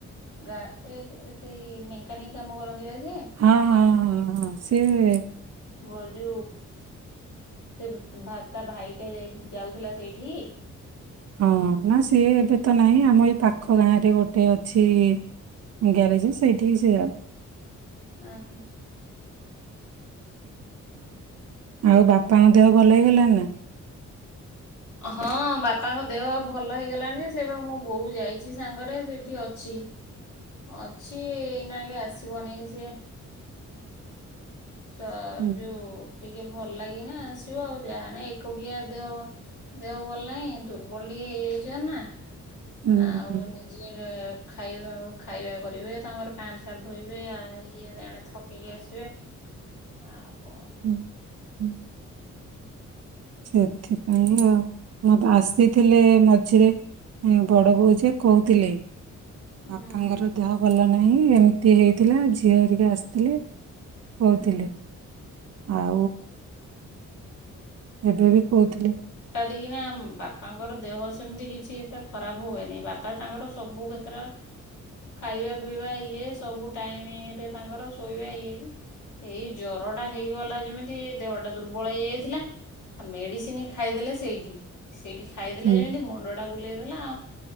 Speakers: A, on the left (about 70°); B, on the right (about 55°).
A: ଗା ଏ ସେଇ ମେଙ୍କାନିକ କାମ କରନ୍ତି ବା ସିଏ।
B: ହଁ ହଁ ହଁ ହଁ ସିଏ
A: ବଜୁ ସେ ତା ଭାଇଟା ଯାଉଥିଲା ସେଇଠିକି?
B: ହଁ ନା ସିଏ ଏବେ ତ ନାହିଁ ଆମ ଏଇ ପାଖ ଗାଁରେ ଗୋଟେ ଅଛି ଗ୍ୟାରେଜ ସେଇଠିକି ସିଏ ଯାଉଚି।
A: ହଁ ହୋ।
B: ଆଉ ବାପାଙ୍କ ଦେହ ଭଲ ହେଇଗଲାଣି ନା?
A: ହଁ ବାପାଙ୍କ ଦେହ ଭଲ ହେଇଗଲାଣି ଯେ ସେ ବା ମୁଁ ବୋଉ ଯାଇଛି ସାଙ୍ଗରେ ସେଠି ଅଛି ଅଛି ଏଇନାଙ୍କେ ଆସିବନି ସିଏ। ସ
B: ହୁଁ
A: ଯୋଉଁ ଟିକେ ଭଲ ଲାଗିନା ଆସିବ ଆଉ ଯାହାନେ ଏକୁଟିଆ ଦେହ ଦେହ ଭଲ ନାହିଁ ଦୁର୍ବଳ ଟିକେ ହେଇଯାଇଛ ନା।
B: ହୁଁ
A: ଆଉ
B: ହୁଁ
A: ନିଜର। ଖାଇବା ଓ ଖାଇବା କରିବେ ତାଙ୍କର ପ୍ୟାଣ୍ଟ ସାର୍ଟ ଧୋଇବେ ଆ ଇଏ ଏଣେ ଥକିକି ଆସିବେ। ଆଉ କଣ?
B: ହୁଁ। ହୁଁ ସେଥିପାଇଁ ଆଉ, ମତ ଆସିଥିଲେ ମଝିରେ ବଡବୋଉ ଯେ କହୁଥିଲେ।
A: ହୁଁ
B: ବାପାଙ୍କର ଦେହ ଭଲ ନାଇ ନାଇଁ ଏମିତି ହେଇଥିଲା ଝିଅ ହେରିକି ଆସିଥିଲେ।
A: <unintelligible>
B: କହୁଥିଲେ ଆଉ ଏବେ ବି କହୁଥିଲେ।
A: ଏତିକିନା ବାପାଙ୍କର ଦେହ ସେମିତି କିଛି ଏତେ ଖରାପ ହୁଏନି। ବାପା ତାଙ୍କର ସବୁ କ୍ଷେତ୍ର ଖାଇବା ପିଇବା ଇଏ ସବୁ ଟାଇମ ରେ ତାଙ୍କର ଶୋଇବା ଇଏ, ଏଇ ଜରଟା ହେଇଗଲା ଯେମିତି ଦେହଟା ଦୁର୍ବଳ ହେଇଯାଇଥିଲା। ଆ ମେଡିସିନ ଖାଇଦେଲେ ସେଇଠି। ସେଇଠି ଖାଇଦେଲେ
B: ହୁଁ
A: ଯେମିତି ମୁଣ୍ଡଟା ବୁଲେଇଦେଲା ଆଉ